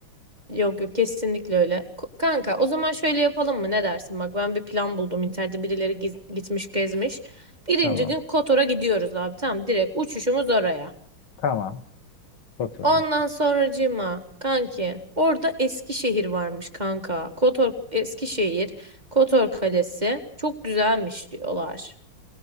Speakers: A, on the right (about 20°); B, on the left (about 75°).
A: Yok yok kesinlikle öyle. Ko- Kanka o zaman şöyle yapalım mı? Ne dersin? Bak ben bir plan buldum internette birileri giz- gitmiş gezmiş. Birinci
B: Tamam
A: gün Kotor'a gidiyoruz abi tamam direkt uçuşumuz oraya.
B: tamam Kotor
A: Ondan
B: işte.
A: sonracığıma kanki orada Eskişehir varmış kanka. Kotor Eskişehir, Kotor Kalesi çok güzelmiş diyorlar.